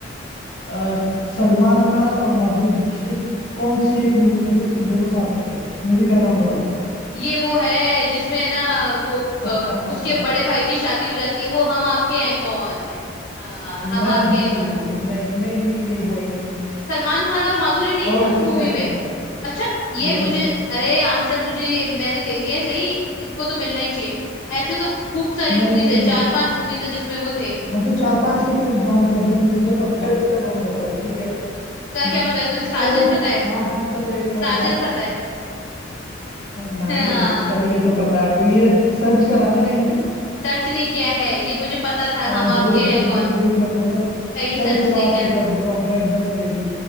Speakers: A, on the left; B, on the left.
A: अ, सलमान खान और माधुरी दीक्षित कौन सी एक मूवी में थे इसमें दोनों साथ में थे मूवी का नाम बताओ
B: ये वो है जिसमें है ना वो ब-
A: <laughs>
B: उसके बड़े भाई की शादी हो जाती है वो हम आपके हैं कौन है हाँ हम
A: नहीं
B: आपके हैं
A: नहीं नहीं नहीं नहीं वो है ही नहीं
B: सलमान खान और माधुरी नहीं
A: और
B: थे
A: अच्छे
B: उस मूवी
A: से याद
B: में
A: करो
B: अच्छा ये
A: नहीं
B: मुझे अरे आंसर मुझे ये मैंने दे दिया है सही इसको तो मिलना ही चाहिए ऐसे तो खूब सारी
A: नहीं
B: मूवीज
A: नहीं
B: है
A: नहीं
B: चार पांच मूवीज है जिसमें वो थे
A: हाँ तो चार पांच के फिर नाम बताओ जो मुझे पता है उसका नाम बताओ ठीक है हम्म,
B: क्या क्या पता है तुझे साजन
A: चलो
B: पता है
A: हाँ हाँ चलो एक पॉइंट
B: साजन
A: आपको
B: पता है <laughs>
A: नाइस
B: हाँ
A: चलो ये तो पता है आपको ये सर्च करा ना कहीं पे
B: सर्च नहीं किया है ये मुझे पता था
A: अ,
B: हम आपके
A: झूठ
B: हैं
A: मत
B: कौन
A: बोलो झूठ मत बोलो
B: कहीं सर्च
A: चलो चलो
B: नहीं
A: आप
B: किया
A: पूछो अब देखो अब मैं एकदम हूँ रेडी